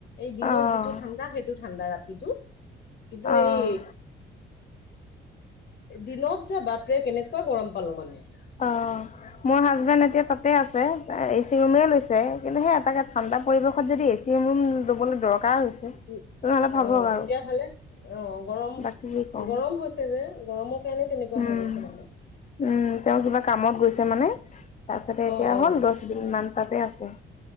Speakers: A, on the left; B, on the left.
A: এই দিনত
B: আহ
A: যিটো ঠাণ্ডা সেইটো ঠাণ্ডা ৰাতিটো, কিন্তু
B: আহ
A: এই দিনত যে বাপৰে কেনেকুৱা গৰম পালো মানে।
B: অ', মোৰ হাজবেণ্ড এতিয়া তাতে আছে, এচি ৰুমে লৈছে। কিন্তু সেই এটাকে ঠাণ্ডা পৰিৱেশত যদি এ চি ৰুম দবলৈ দৰকাৰ হৈছে,
A: উ
B: তেনেহ'লে ভাবক
A: অ'
B: আৰু
A: তেতিয়াহলে অ' গৰম-
B: বাকী কি ক'ম
A: গৰম হৈছে। যে গৰমৰ কাৰণে তেনেকুৱা
B: উম
A: হৈ গৈছে মানে।
B: উম, তেওঁ কিবা কামত গৈছে মানে তাৰ পাছতে এতিয়া
A: অ', অ',
B: হল দহ দিন মান তাতে আছে।